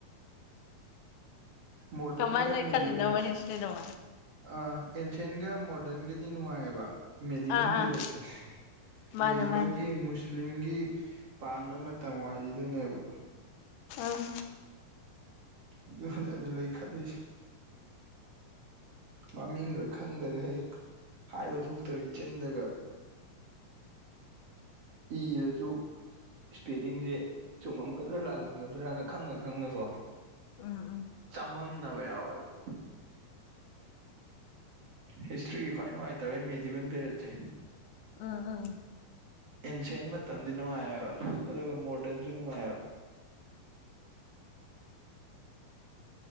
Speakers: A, on the right; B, on the left.
A: ꯃꯣꯗꯔꯟꯒ
B: ꯀꯃꯥꯏꯅ ꯂꯩꯈꯠꯂꯤꯅꯣꯕ
A: ꯃꯦꯗꯤꯕꯦꯟ
B: ꯍꯤꯁꯇ꯭ꯔꯤꯗꯨꯕꯣ
A: ꯑꯥ ꯑꯦꯟꯁꯦꯟꯒ ꯃꯣꯗꯔꯟꯒꯗꯤ ꯅꯨꯡꯉꯥꯏꯑꯕ ꯃꯦꯗꯤꯕꯟ
B: ꯑꯥ
A: ꯄꯤꯔꯠꯇ
B: ꯑꯥ ꯃꯥꯅꯦ
A: ꯃꯦꯗꯤꯕꯟꯒꯤ
B: ꯃꯥꯅꯦ
A: ꯑꯦꯝꯃꯨꯁ ꯂꯤꯤꯒꯤ ꯄꯥꯟꯕ ꯃꯇꯝ ꯋꯥꯔꯤꯗꯨꯅꯦꯕ
B: ꯑꯥ
A: ꯑꯗꯨꯅꯅꯤ ꯂꯩ ꯈꯠꯂꯤꯁꯤ ꯃꯃꯤꯡꯒ ꯈꯪꯗꯒꯩ ꯍꯥꯏꯕ ꯊꯣꯛꯇꯕꯤ ꯆꯤꯟꯗꯒ ꯏꯔꯖꯨ ꯏꯁꯄꯦꯂꯤꯡꯖꯦ ꯆꯨꯝꯃꯝꯒꯗ꯭ꯔꯥ ꯂꯥꯜꯂꯝꯒꯗ꯭ꯔꯅ ꯈꯪꯅ ꯈꯪꯅꯀꯣ
B: ꯎꯝ ꯎꯝ
A: ꯆꯃꯝꯅꯕ ꯌꯥꯎꯋꯦꯕ ꯍꯤꯁꯇ꯭ꯔꯤꯒꯤ ꯈ꯭ꯋꯥꯏ ꯅꯨꯡꯉꯥꯏꯇꯕ ꯃꯦꯗꯤꯕꯟ ꯄꯦꯔꯠꯁꯦ
B: ꯎꯝ ꯎꯝ
A: ꯑꯦꯟꯁꯦꯟ ꯃꯇꯝꯗꯤ ꯅꯨꯡꯉꯥꯏꯑꯕ ꯑꯗꯨꯒ ꯃꯣꯗꯔꯟꯁꯨ ꯅꯨꯡꯉꯥꯏꯑꯕ